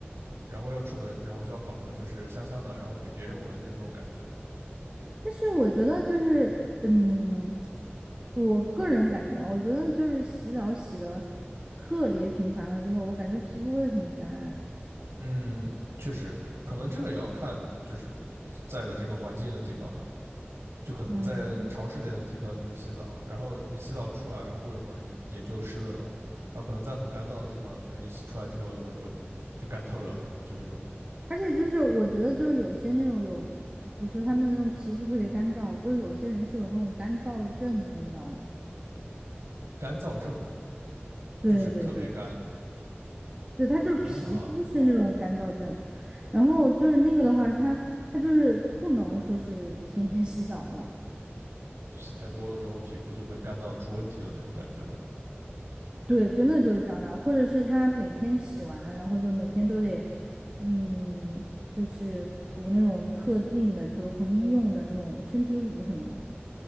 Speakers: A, on the right; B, on the right.
A: 然后要出门，然后就要搞的就是香香的，然后给别人闻，就这种感觉。
B: 但是我觉得就是，嗯，我个人感觉啊，我觉得就是洗澡洗的特别频繁了之后，我感觉皮肤会很干，
A: 嗯，确实，可能这个也要看就是在的这个环境的地方吧。就可能在潮湿点的地方就是洗澡，
B: 嗯。
A: 然后你洗澡出来，然后过一会儿你也就湿润了。然后可能在很干燥的地方，就是你洗出来之后一会儿就就干透了，就那种
B: 而且就是我觉得就是有些那种有，比如说他们那种皮肤特别干燥，就是有些人是有那种干燥症的，你知道吗？
A: 干燥症，
B: 对对对
A: 就是特别干
B: 对，他就是皮肤是那哦种干燥症，
A: 啊，
B: 然后就是那个的话，他他就是不能说是天天 <laughs> 洗澡了，
A: 洗太多了之后皮肤就会干到出问题的那种感觉嘛。
B: 对，真的就是这样的，或者是他每天洗完，然后就每天都得，嗯，就是涂那种特定的，比如可能医用的那种身体乳什么的。